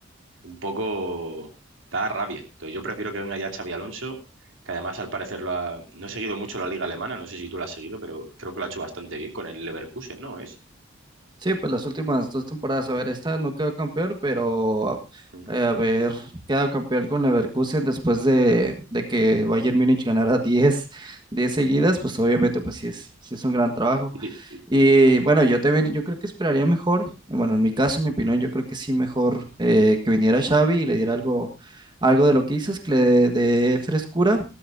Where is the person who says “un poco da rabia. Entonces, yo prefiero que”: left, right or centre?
Right